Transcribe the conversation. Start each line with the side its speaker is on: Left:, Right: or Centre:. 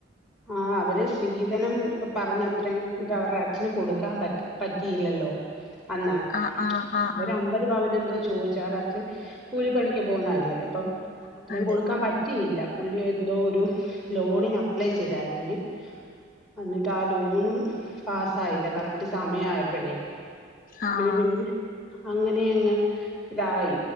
Centre: ആ അവര് സ്ത്രീധനം പറഞ്ഞത്രയും ഇത് അവർടെ അച്ഛന് കൊടുക്കാൻ പറ്റി പറ്റിയില്ലല്ലോ അന്ന്.
Left: ആഹ് ആഹ് ആഹ്
Centre: ഇവരമ്പത്
Left: ആഹ്
Centre: പവൻ എന്തോ ചോദിച്ച് അവർ അച്ചൻ കൂലിപ്പണിക്ക് പോകുന്നല്ലേ അപ്പം അത്രയും
Left: അതെ
Centre: കൊടുക്കാൻ പറ്റ റ്റിയില്ല. പുള്ളി എന്തോ ഒരു ലോണിന് അപ്ലൈ ചെയ്താരുന്നേ അന്നിട്ട് ആ ലോണും പാസായില്ല കറക്റ്റ് സമയായപ്പോഴേ
Left: ആഹ്
Centre: അവര് പിന്നെ അങ്ങനെയങ്ങ് ഇതായി